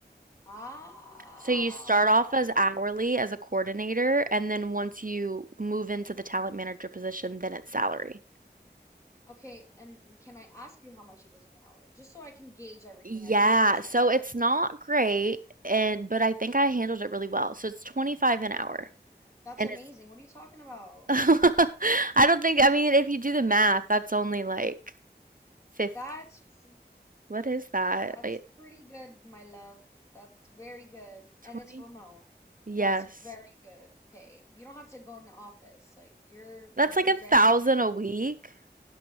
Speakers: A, on the left; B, on the right.
A: Ah,
B: So you start off as hourly as a coordinator, and then once you move into the talent manager position, then it's salary.
A: Okay, and can I ask you how much it is an hour? Just so I can gauge everything,
B: Yeah,
A: I can understand.
B: so it's not great, and but I think I handled it really well. So it's 25 an hour.
A: That's
B: And
A: amazing.
B: it's
A: What are you talking about?
B: <laughs> I don't think I mean if you do the math, that's only like 50.
A: That's pr-
B: What is that?
A: that's
B: Like
A: pretty good, my love. That's very good.
B: 20?
A: And it's remote.
B: Yes.
A: That's very good pay. You don't have to go in the office. Like you're
B: That's
A: that's
B: like
A: a
B: a
A: very
B: thousand
A: amazing.
B: a week,